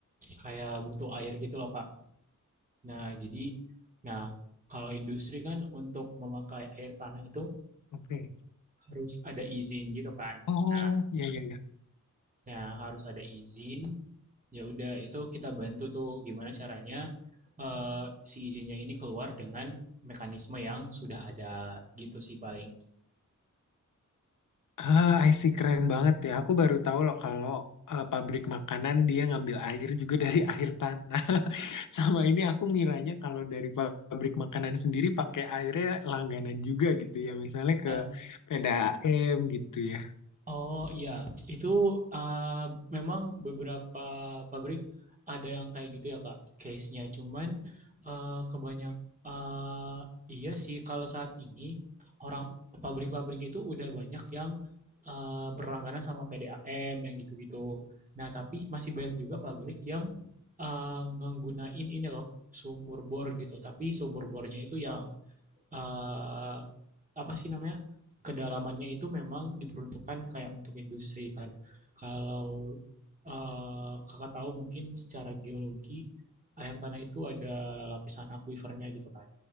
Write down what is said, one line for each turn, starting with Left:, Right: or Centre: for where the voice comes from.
Right: kayak butuh air gitu loh, Kak. Nah, jadi, nah kalau industri kan untuk memakai air tanah itu
Left: Oke.
Right: harus ada izin gitu kan.
Left: Oh,
Right: Nah,
Left: ya ya ya.
Right: ya harus ada izin. Ya udah itu kita bantu tuh gimana caranya eh, si izinnya ini keluar dengan mekanisme yang sudah ada gitu sih paling.
Left: Ah, I see keren banget ya. Aku baru tahu loh kalau eh, pabrik makanan dia ngambil air juga dari <laughs> air tanah. <laughs> Sama ini aku ngiranya kalau dari pabrik makanan sendiri pakai airnya langganan juga gitu ya. Misalnya ke
Right: Eh,
Left: P D A m gitu ya.
Right: Oh iya, itu uh, memang beberapa pabrik ada yang kayak gitu ya Kak, case-nya. Cuman uh, kebanyak uh, iya sih kalau saat ini orang pabrik-pabrik itu udah banyak yang uh, berlangganan sama PDAM yang gitu-gitu. Nah, tapi masih banyak juga pabrik yang uh, ngenggunain ini loh, sumur bor gitu. Tapi sumur bornya itu yang eh, apa sih namanya kedalamannya itu memang diperuntukkan kayak untuk industri kan. Kalau eh, kakak tahu mungkin secara geologi air tanah itu ada lapisan akuifernya gitu kan.